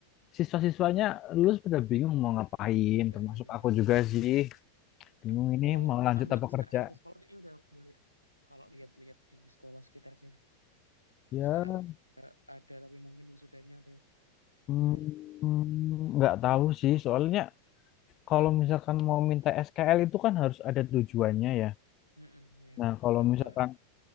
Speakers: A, on the left (about 35°); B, on the right (about 90°).
A: siswa-siswanya lulus pada bingung mau ngapain.
B: Iya,
A: Termasuk
B: iya.
A: aku juga sih. Bingung
B: Ah,
A: ini
B: Kalau
A: mau lanjut
B: ambil
A: apa
B: SKL
A: kerja?
B: ke sekolah kayaknya udah boleh deh. Kalau lihat-lihat di sekolah sekitar sini.
A: Ya,
B: SKL ada, tapi mungkin wisudanya ada yang...
A: mm,
B: Iya deh.
A: nggak tahu sih. Soalnya kalau misalkan mau minta SKL itu kan harus ada tujuannya ya.
B: Mm-mm, iya,
A: Nah,
B: buat
A: kalau
B: daftar.
A: misalkan